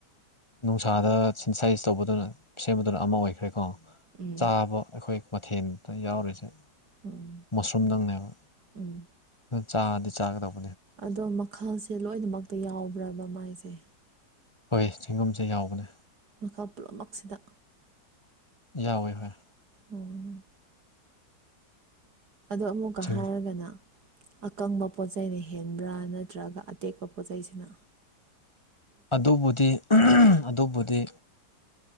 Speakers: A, on the left; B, on the right.
A: ꯅꯨꯡꯁꯥꯗ ꯁꯦꯟꯁꯥꯏꯁ ꯇꯧꯕꯗꯨꯅ ꯁꯦꯝꯕꯗꯨꯅ ꯑꯃ ꯑꯣꯏꯈ꯭ꯔꯦꯀꯣ
B: ꯎꯝ
A: ꯆꯥꯕ ꯑꯩꯈꯣꯏ ꯃꯊꯦꯜꯗ ꯌꯥꯎꯔꯤꯁꯦ
B: ꯎꯝ
A: ꯃꯨꯁꯔꯨꯝꯗꯪꯅꯦꯕ
B: ꯎꯝ
A: ꯑꯗꯨ ꯆꯥꯗꯤ ꯆꯥꯒꯗꯕ
B: ꯑꯗꯣ ꯃꯈꯜꯁꯦ ꯂꯣꯏꯅꯃꯛꯇ ꯌꯥꯎꯕ꯭ꯔꯕ ꯃꯥꯏꯁꯦ
A: ꯍꯣꯏ ꯆꯦꯡꯒꯨꯝꯁꯦ ꯌꯥꯎꯕꯅꯦ
B: ꯃꯈꯜ ꯄꯨꯝꯅꯃꯛꯁꯤꯗ
A: ꯌꯥꯎꯋꯦ ꯍꯣꯏ
B: ꯎꯝ ꯑꯗꯣ ꯑꯃꯨꯛꯀ
A: ꯆꯦꯡ
B: ꯍꯥꯏꯔꯒꯅ ꯑꯀꯪꯕ ꯄꯣꯠ ꯆꯩꯅ ꯍꯦꯟꯕ꯭ꯔ ꯅꯠꯇ꯭ꯔꯒ ꯑꯇꯦꯛꯄ ꯄꯣꯠꯆꯩꯁꯤꯅ
A: ꯑꯗꯨꯕꯨꯗꯤ ꯑꯗꯨꯕꯨꯗꯤ